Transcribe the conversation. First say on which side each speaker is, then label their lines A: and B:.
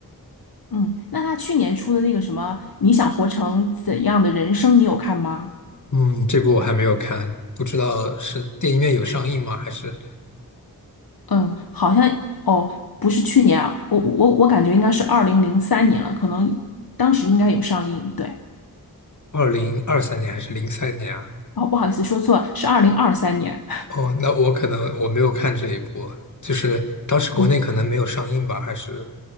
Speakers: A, on the left; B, on the left.
A: 嗯，那他去年出的那个什么《你想活成怎样的人生》，你有看吗？
B: 嗯，这部我还没有看，不知道是电影院有上映吗？还是
A: 嗯，好像哦，不是去年啊，我我我感觉应该是二零零三年了，可能当时应该有上映。对，
B: 二零二三年还是零三年啊？
A: 哦，不好意思，说错了，是二零二三年。
B: 哦，那我可能我没有看这一部，就是当时国内可能没有上映吧，
A: 嗯
B: 还是